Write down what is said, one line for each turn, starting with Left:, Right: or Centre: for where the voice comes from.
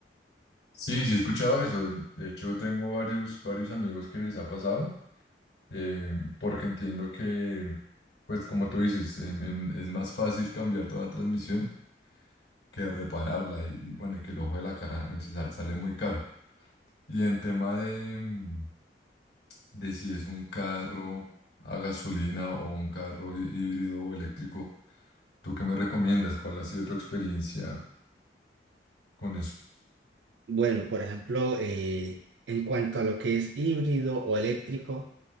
Left: Sí, sí he escuchado eso. De hecho, tengo varios, varios amigos que les ha pasado. eh, porque entiendo que, pues como tú dices, em, em, es más fácil cambiar toda la transmisión que repararla y, y bueno, y que el ojo de la cara em, sí sal- sale muy caro. Y en tema de, mm, de si es un carro a gasolina o un carro hí- híbrido o eléctrico, ¿tú qué me recomiendas? ¿Cuál ha sido tu experiencia con eso?
Right: Bueno, por ejemplo, eh, en cuanto a lo que es híbrido o eléctrico,